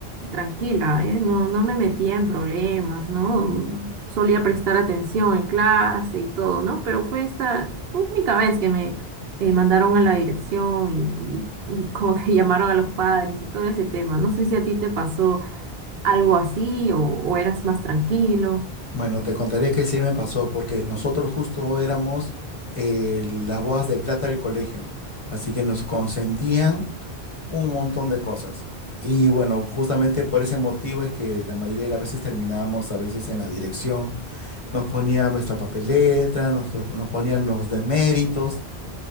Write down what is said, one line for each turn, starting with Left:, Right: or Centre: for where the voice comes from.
Right: tranquila, ¿eh? No, no me metía en problemas, ¿no? Solía prestar atención en clase y todo, ¿no? Pero fue esta única vez que me eh, mandaron a la dirección y, y- y como que <laughs> llamaron a los padres y todo ese tema. No sé si a ti te pasó algo así o, o eras más tranquilo.
Left: Bueno, te contaré que sí me pasó, porque nosotros justo éramos eh, las bodas de plata del colegio, así que nos consentían un montón de cosas. Y bueno, justamente por ese motivo es que la mayoría de las veces terminábamos a veces en la dirección. Nos ponían nuestra papeleta, nos, nos ponían los deméritos